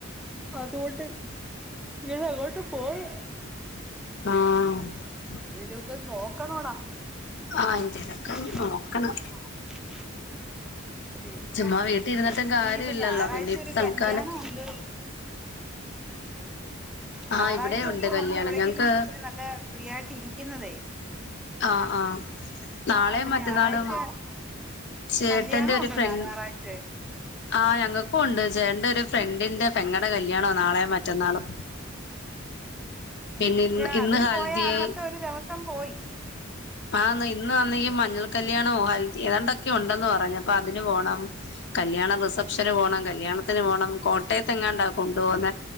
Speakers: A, in the centre; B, on the left.
A: അതുകൊണ്ട് ഞാൻ അങ്ങോട്ട് പോവ-
B: ആഹ്
A: എന്തൊലൊക്കെ നോക്കണോടാ
B: ആഹ് എന്തേലൊക്കെ
A: <unintelligible>
B: നോക്കണം
A: പിന്നെ
B: ചുമ്മാ വീട്ടിൽ ഇരുന്നിട്ടും കാര്യം
A: ഇനിയിപ്പോ
B: ഇല്ലല്ലോ
A: ഞായറാഴ്ച
B: പിന്നെ ഇപ്പ
A: ഒരു
B: തൽക്കാലം
A: കല്യാണം ണ്ട് ഞായറാഴ്ച
B: ആഹ് ഇവിടെ
A: ദിവസം
B: ഉണ്ട് കല്യാണം
A: നമ്മൾ എവിടെങ്കിലും
B: ഞങ്ങക്ക്
A: ഇച്ചിരി നല്ല ഫ്രീയായിട്ട് ഇരിക്കുന്നതേ
B: ആഹ് ആഹ് നാളെ
A: അപ്പൊ
B: മറ്റന്നാളും
A: ഞായറാഴ്ച
B: ചേട്ടന്റെ
A: കല്യാണം
B: ഒരു
A: ഉണ്ടടാ
B: ഫ്രണ്ട്
A: ഞായറാഴ്ച
B: ആഹ് ഞങ്ങൾക്കു ഉണ്ട് ചേട്ടന്റെ ഒരു ഫ്രണ്ടിന്റെ പെങ്ങട കല്യാണ നാളെ മറ്റന്നാളും പിന്നെ ഇന്ന്
A: ജാ
B: ഇന്ന്
A: അതിന്
B: ഹൽദിയായി
A: പോയാ അന്നത്തെ ഒരു ദിവസം പോയി
B: ആഹ് ഇന്ന് ആന്നെ മഞ്ഞൾ കല്യാണോ ഹ ഏതാണ്ടൊക്കെ ഉണ്ടെന്ന് പറഞ്ഞുപ്പ അതിന് പോണം കല്യാണ റിസപ്ഷന് പോണം കല്യാണത്തിന് പോണം കോട്ടയത്തെങ്ങാണ്ടാ കൊണ്ടു പോകുന്ന